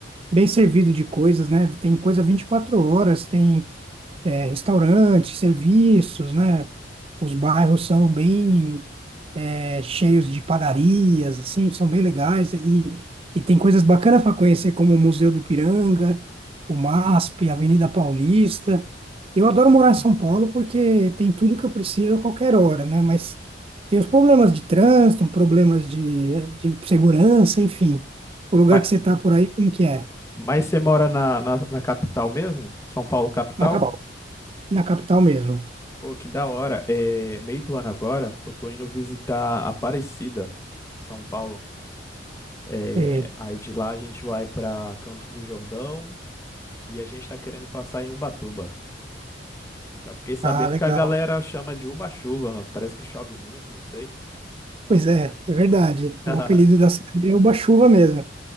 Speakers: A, on the right (about 30°); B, on the left (about 15°).
A: bem servido de coisas, né? Tem coisa 24 horas, tem é, restaurante, serviços, né? Os bairros são bem é, cheios de padarias, assim, são bem legais. E, e tem coisas bacanas para conhecer, como o Museu do Ipiranga, o MASP, a Avenida Paulista. Eu adoro morar em São Paulo porque tem tudo que eu preciso a qualquer hora, né? Mas tem os problemas de trânsito, problemas de, de segurança, enfim. O lugar
B: Mas,
A: que você está por aí, como que é?
B: mas você mora na, na, na capital mesmo? São Paulo capital?
A: Na, cap- na capital mesmo.
B: Pô, que da hora. É, meio do ano agora, eu tô indo visitar Aparecida, São Paulo. É,
A: Sim.
B: aí de lá a gente vai para Campos do Jordão e a gente está querendo passar em Ubatuba. Já fiquei sabendo
A: Ah, legal.
B: que a galera chama de Uba-chuva, né? Parece que chove muito, não sei.
A: Pois é, é verdade.
B: <laughs>
A: O apelido da cidade é Uba-Chuva mesmo.